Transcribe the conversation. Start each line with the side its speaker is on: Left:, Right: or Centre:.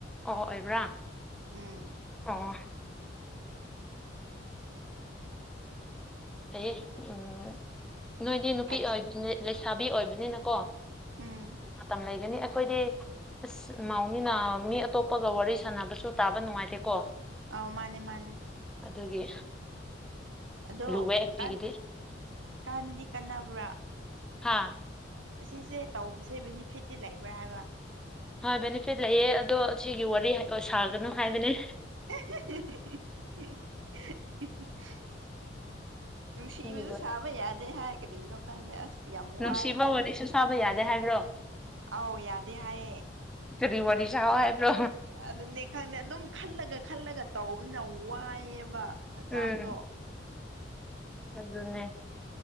Centre: ꯑꯣ ꯑꯣꯏꯕ꯭ꯔꯥ
Right: ꯎꯝ
Centre: ꯑꯣ ꯐꯩꯌꯦ ꯎꯝ ꯅꯣꯏꯗꯤ ꯅꯨꯄꯤ
Right: ꯐꯗꯤ
Centre: ꯑꯣꯏ ꯂꯩꯁꯥꯕꯤ ꯑꯣꯏꯕꯅꯤꯅꯀꯣ
Right: ꯎꯝ
Centre: ꯃꯇꯝ ꯂꯩꯒꯅꯤ ꯑꯩꯈꯣꯏꯗꯤ ꯑꯁ ꯃꯥꯎꯅꯤꯅ ꯃꯤ ꯑꯇꯣꯞꯄꯒ ꯋꯥꯔꯤ ꯁꯥꯟꯅꯕꯁꯨ ꯇꯥꯕ ꯅꯨꯡꯉꯥꯏꯇꯦꯀꯣ
Right: ꯑ ꯃꯥꯅꯦ ꯃꯥꯅꯦ
Centre: ꯑꯗꯨꯒꯤ
Right: ꯑꯗꯣ
Centre: ꯂꯨꯋꯦ ꯑꯩꯈꯣꯏꯒꯤꯗꯤ
Right: ꯀꯥꯟ ꯀꯥꯟꯗꯤ ꯀꯥꯟꯅꯕ꯭ꯔꯥ
Centre: ꯍꯥꯥ
Right: ꯑꯁꯤꯁꯦ ꯇꯧꯕꯁꯦ ꯕꯤꯅꯤꯐꯤꯠꯇꯤ ꯂꯩꯕ꯭ꯔꯥ ꯍꯥꯏꯕ
Centre: ꯍꯣꯏ ꯕꯦꯅꯤꯐꯤꯠ ꯂꯩꯌꯦ ꯑꯗꯣ ꯁꯤꯒꯤ ꯋꯥꯔꯤ ꯁꯥꯒꯅꯨ ꯍꯥꯏꯕꯅꯦ
Right: <unintelligible> ꯅꯨꯡꯁꯤꯕꯁꯨ
Centre: ꯁꯤꯒꯤ ꯋꯥꯔꯤ
Right: ꯁꯥꯕ ꯌꯥꯗꯦ ꯍꯥꯏ ꯀꯔꯤꯒꯤꯅꯣ ꯈꯪꯗꯦ ꯑꯁ ꯌꯥꯝ
Centre: ꯅꯨꯡꯁꯤꯕ
Right: ꯋꯥꯏꯗ
Centre: ꯋꯥꯔꯤꯁꯨ ꯁꯥꯕ ꯌꯥꯗꯦ ꯍꯥꯏꯕ꯭ꯔꯣ
Right: ꯑꯧ ꯌꯥꯗꯦ ꯍꯥꯏꯌꯦ
Centre: ꯀꯔꯤ ꯋꯥꯔꯤ ꯁꯥꯎ ꯍꯥꯏꯕ꯭ꯔꯣ
Right: ꯑꯗꯨꯅꯦ ꯈꯪꯗꯦ ꯑꯗꯨꯝ ꯈꯜꯂꯒ ꯈꯜꯂꯒ ꯇꯧꯕꯅ ꯌꯥꯝ ꯋꯥꯏꯑꯦꯕ ꯍꯛꯆꯥꯡꯗꯣ
Centre: ꯎꯝ ꯑꯗꯨꯅꯦ